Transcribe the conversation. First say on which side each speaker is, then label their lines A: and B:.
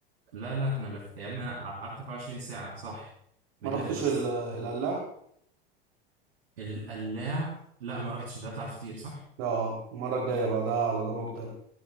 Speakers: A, on the right; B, on the right.
A: لا لا احنا لف يا ابني انا قعدت 24 ساعه صح بنلف
B: ما رحتش
A: بس
B: ال- القلاع
A: القلاع لا
B: امم
A: ما رحتش ده بتاع الفطير صح
B: اه المره الجايه بقى ده على ضمانتي أنا.